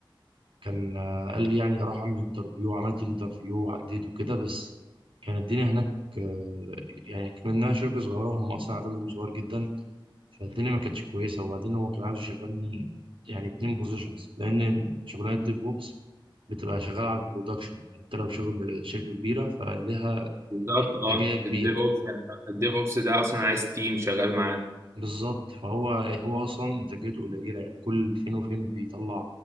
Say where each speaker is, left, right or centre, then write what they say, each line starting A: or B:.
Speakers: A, on the right (about 80°); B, on the right (about 30°).
A: كان آه، قال لي يعني اروح اعمل انترفيو عملت الانترفيو وعديت وكده بس كان الدنيا هناك آه، يعني كمنها شركة صغيرة هم اصلا عددهم صغير جدا فالدنيا ما كانتش كويسة وبعدين هو كان عايز يشغلني يعني اتنين بوزيشنز لان شغلانة ديف بوبس بتبقى شغالة على البرودكشن يعني انت لو شغل شركة كبيرة فليها
B: بالظبط
A: يعني انتاجية
B: اه
A: كبيرة
B: الديف اوبس الديف اوبس ده اصلا عايز تيم شغال معاه
A: بالظبط فهو هو اصلا انتاجيته قليله يعني كل فين وفين بيطلع